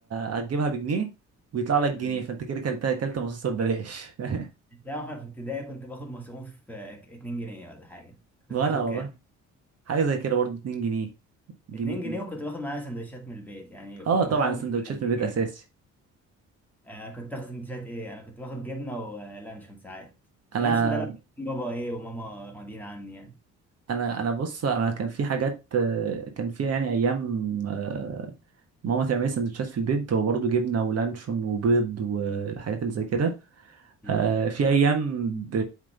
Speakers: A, on the right; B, in the centre.
A: هتجيبها بجنيه ويطلع
B: <laughs>
A: لك جنيه
B: أمم.
A: فانت كده كلت كلت مصاصه ببلاش <laughs>
B: انت عارف انا <laughs> في ابتدائي كنت باخد مصروف آه، 2 جنيه ولا حاجة كنت
A: وانا
B: تاخد
A: والله
B: كام؟
A: حاجه زي كده برضو اتنين جنيه جنيه
B: 2
A: اتنين.
B: جنيه وكنت باخد معايا سندوتشات من البيت يعني
A: اه
B: كنت
A: طبعا
B: بحوش
A: السندوتشات
B: بقى 2
A: من البيت
B: جنيه
A: اساسي
B: انا كنت اخد سندوتشات ايه انا كنت باخد جبنه ولانشون ساعات
A: انا
B: اللانشون ده لما كان بابا ايه وماما راضيين عني يعني
A: انا انا بص انا كان في حاجات آه، كان في يعني ايام آه، ماما تعمل لي سندوتشات في البيت هو برضه جبنه ولانشون وبيض والحاجات اللي زي كده
B: امم
A: آه في ايام ب...